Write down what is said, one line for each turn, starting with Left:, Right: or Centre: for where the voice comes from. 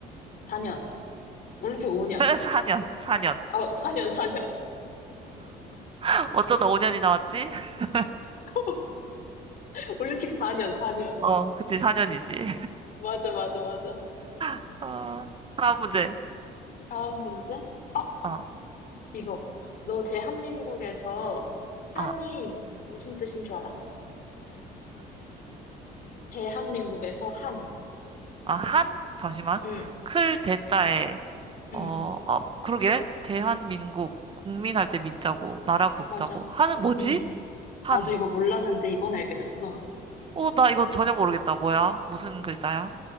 Left: 4년, 올림픽 5년.
Right: 4년, 4년.
Left: 어, 4년, 4년.
Right: <laughs> 어쩌다 5년이 나왔지? <laughs>
Left: <laughs> 올림픽 4년, 4년.
Right: 어, 그치, 4년이지.
Left: 맞아, 맞아, 맞아.
Right: <laughs> 어, 다음 문제.
Left: 다음 문제? 어,
Right: 어,
Left: 이거. 너 대한민국에서 한이
Right: 아,
Left: 무슨 뜻인 줄 알아? 대한민국에서 한.
Right: 아, 한? 잠시만.
Left: 응.
Right: 클 대자에,
Left: 응.
Right: 어, 어, 그러게. 대한민국, 국민 할 때 민자고, 나라 국자고.
Left: 맞아.
Right: 한은 뭐지?
Left: 응.
Right: 한.
Left: 나도 이거 몰랐는데 이번에 알게 됐어.
Right: 어, 나 이거 전혀 모르겠다. 뭐야? 무슨 글자야?